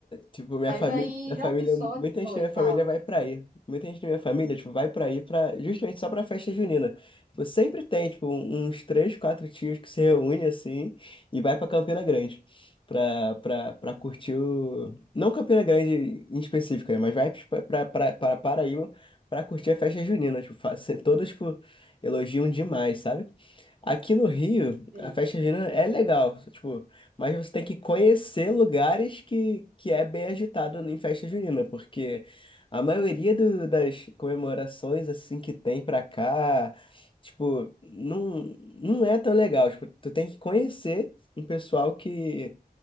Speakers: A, on the left; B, on the right.
A: Tipo, minha
B: Mas
A: família,
B: aí,
A: minha
B: João
A: família,
B: Pessoa.
A: muita gente
B: Oi,
A: da minha família
B: fala.
A: vai pra aí. Muita gente da minha família, tipo, vai pra aí pra, justamente só pra festa junina. Tipo, sempre tem, tipo, uns três, quatro tios que se reúnem assim e vai pra Campina Grande. Pra, pra, pra curtir o. Não Campina Grande em específico, né? Mas vai pra, pra, pra, pra Paraíba pra curtir a festa junina. Tipo, fa- se- todos, tipo, elogiam demais, sabe? Aqui no Rio,
B: Sei.
A: a festa junina é legal. Tipo. Mas você tem que conhecer lugares que, que é bem agitado em festa junina, porque a maioria do- das comemorações assim que tem pra cá, tipo, não, não é tão legal. Tipo, tu tem que conhecer um pessoal que,